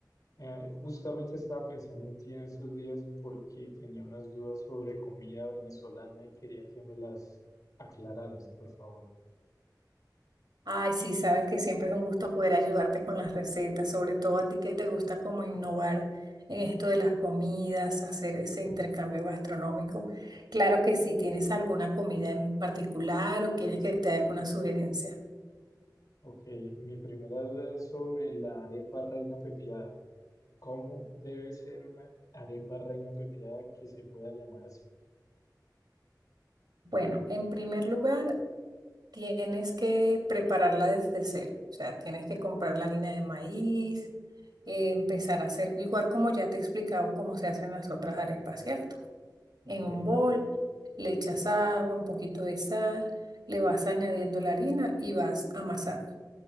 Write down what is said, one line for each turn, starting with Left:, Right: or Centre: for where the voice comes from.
Left: Eh, justamente estaba pensando en ti en estos días porque tenía unas dudas sobre comida venezolana y quería que me las aclararas, por favor.
Right: Ay, sí, sabes que siempre es un gusto poder ayudarte con las recetas, sobre todo a ti que te gusta como innovar en esto de las comidas, hacer ese intercambio gastronómico. Claro que sí, ¿tienes alguna comida en particular o quieres que te dé alguna sugerencia?
Left: Ok, mi primera duda es sobre la arepa reina pepiada. ¿Cómo debe ser una arepa reina pepiada que se pueda llamar así?
Right: Bueno, en primer lugar, Tienes que prepararla desde cero, o sea, tienes que comprar la harina de maíz, eh, empezar a hacer, igual como ya te he explicado cómo se hacen las otras arepas, ¿cierto?
Left: Ok.
Right: En un bol, le echas agua, un poquito de sal, le vas añadiendo la harina y vas amasando.